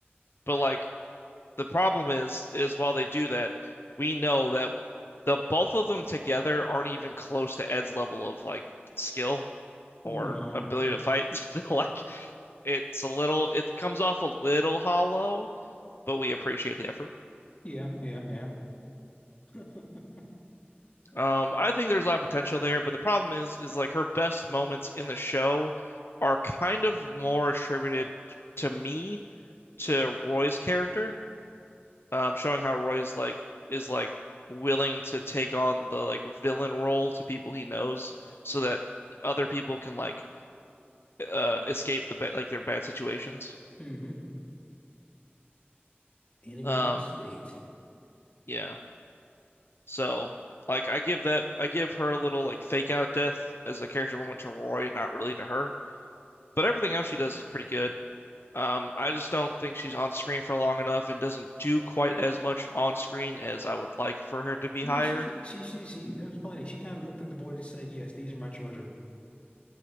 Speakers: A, on the left; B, on the left.
A: But like the problem is is while they do that, we know that the both of them together aren't even close to Ed's level of like skill.
B: No.
A: or ability to fight. <laughs> like it's a little, it comes off a little hollow, but we appreciate the effort.
B: Yeah. Yeah. Yeah. <laughs>
A: Um, I think there's a lot of potential there, but the problem is, is like her best moments in the show are kind of more attributed to me to Roy's character, um, showing how Roy is like is like willing to take on the like villain role to people he knows, so that other people can like uh, escape the ba- like their bad situations.
B: hmm Enemy
A: Um,
B: of the state.
A: yeah. So, like, I give that, I give her a little like fake out death as a character moment to Roy, not really to her. But everything else she does is pretty good. Um, I just don't think she's on screen for long enough and doesn't do quite as much on screen as I would like for her to be
B: I
A: higher.
B: mean, she said- she she she. It was funny. She kind of looked at the boys and said, "Yes, these are my children.